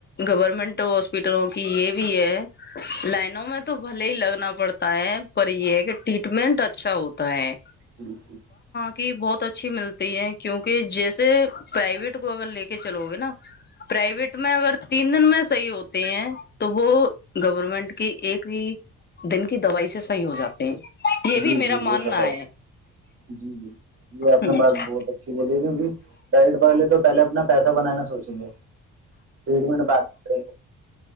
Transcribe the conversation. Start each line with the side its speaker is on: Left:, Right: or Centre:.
Left: گور ورمنٹ ہاسپٹلوں کی یہ بھی ہے لائنوں میں تو بھلے ہی لگنا پڑتا ہے پر یہ ہے کہ ٹریٹمنٹ اچھا ہوتا ہے
Right: جی جی
Left: کہ بہت اچھی ملتی ہے کیونکہ جیسے پرائیویٹ کو اگر لے کے چلو گے نا پرائیویٹ میں اگر تین دن میں صحیح ہوتے ہیں تو وہ گورنمنٹ کہ ایک ہی دن کی دوائی سے صحیح ہو جاتے ہیں یہ بھی
Right: جی
Left: میرا
Right: جی
Left: ماننا
Right: وہ تو ہے جی جی یہ اپنا
Left: ہ
Right: بات بہت اچھی بولی تھیکہ بیائٹ والے تو پہلے اپنا پیسا بنانا سوچیں گے ٹریٹمنٹ بات کریں گے